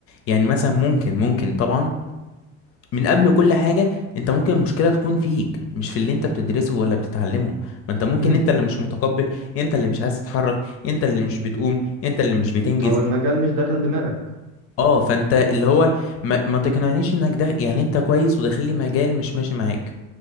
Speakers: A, on the left; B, on the right.
A: يعني مثلا ممكن ممكن طبعا من قبل كل حاجة انت ممكن المشكلة تكون فيك مش في اللي انت بتدرسه ولا بتتعلمه ما انت ممكن
B: امم
A: انت اللي مش متقبل انت اللي مش عايز تتحرك انت اللي مش بتقوم انت اللي مش بتنجز
B: او المجال مش داخل دماغك
A: اه فانت اللي هو ما, ما تقنعنيش انك ده يعني انت كويس وداخل لي مجال مش ماشي معاك